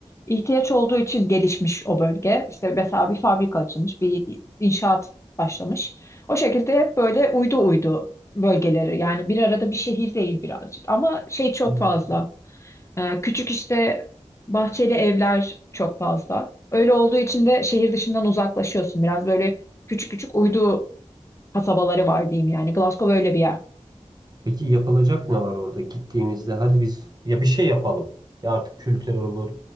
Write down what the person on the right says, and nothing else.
Hı.
Peki yapılacak ne var orada gittiğimizde? Hadi biz ya bir şey yapalım. Ya artık kültür olur,